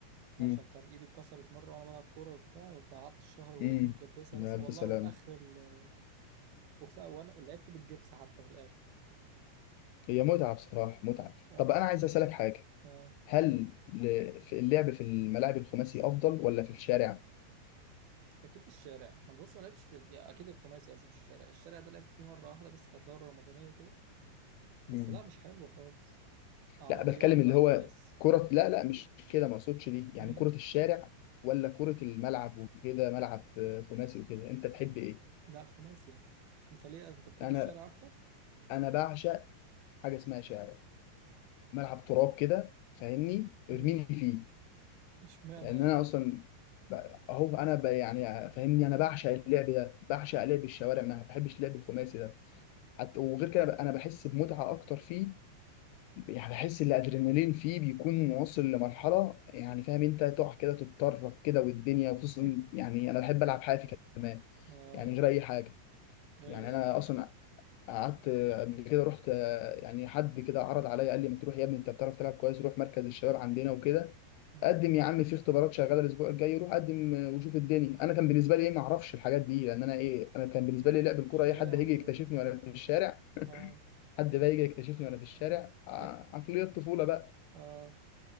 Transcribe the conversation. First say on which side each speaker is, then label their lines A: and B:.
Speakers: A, on the left; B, on the right.
A: مم.
B: عشان كان ايدي اتكسرت مره وانا بلعب كوره وبتاع فقعدت الشهر وايدي
A: مم.
B: متجبسه
A: يا
B: بس
A: الف
B: والله
A: سلام
B: وفي اخر ال وفي وانا لعبت بالجبس حتى في الاخر
A: هي متعه بصراحه متعه
B: اه
A: طب انا عايز اسالك حاجه
B: اه
A: هل ل- في اللعب في الملاعب الخماسي افضل ولا في الشارع
B: اكيد الشارع انا بص ما لعبتش في يا اكيد الخماسي لازم مش الشارع الشارع ده لعبت فيه مره واحده بس كانت دوره رمضانيه كده بس
A: مم.
B: لا مش حلو خالص عربيات
A: لا بتكلم
B: بقى
A: اللي هو
B: وناس
A: كره لا لا مش كده ما اقصدش دي يعني
B: امم
A: كره الشارع ولا كره الملعب وكده ملعب آه، خماسي وكده انت تحب ايه
B: لا خماسي يعني انت ليه انت بتحب
A: انا
B: الشارع اكتر
A: انا بعشق حاجه اسمها شارع ملعب تراب كده فاهمني
B: مم.
A: ارميني فيه
B: اشمعنى
A: لان
B: يعني
A: انا اصلا ب- اهو انا ب- يعني فاهمني انا بعشق اللعب ده بعشق لعب الشوارع ما بحبش اللعب الخماسي ده حتى وغير كده ب- انا بحس بمتعه اكتر فيه يعني بحس ان الادرينالين فيه بيكون واصل لمرحله يعني فاهم انت تقع كده تتطرب كده والدنيا وخصوصا
B: <laughs>
A: يعني انا بحب العب حافي كمان
B: اه
A: يعني غير اي حاجه
B: ايوه
A: يعني انا
B: ايوه
A: اصلا قعدت قبل كده رحت يعني حد كده عرض عليا قال لي ما تروح يا ابني انت بتعرف تلعب كويس روح مركز الشباب عندنا وكده
B: مم.
A: قدم يا عم في اختبارات شغاله الاسبوع الجاي روح قدم وشوف الدنيا انا كان بالنسبه لي ايه ما اعرفش الحاجات دي لان انا ايه انا كان بالنسبه
B: اه
A: لي لعب الكوره
B: الشارع
A: ايه حد هيجي
B: والحافي
A: يكتشفني وانا في الشارع
B: اه
A: حد بقى يجي يكتشفني وانا في الشارع
B: <laughs>
A: ع- عقليه الطفوله بقى
B: اه